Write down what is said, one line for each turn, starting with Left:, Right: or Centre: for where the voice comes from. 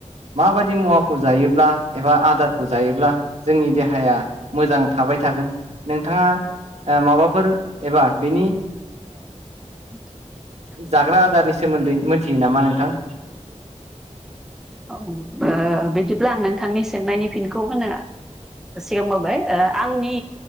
Right: माबायदि मुवाखौ जायोब्ला एबा आदारखौ जायोब्ला जोंनि देहाया मोजां थाब बाय थागोन नोंथाङा माबाफोर एबा बिनि
Centre: <inaudible>
Right: जाग्रा आदारनि सोमोन्दै मोनथियो नामा नोंथां?
Centre: औ ओ बिदिब्ला आं नोंथांनि सोंनायनि फिनखौ होनो सिगांबोबाय ओ आंनि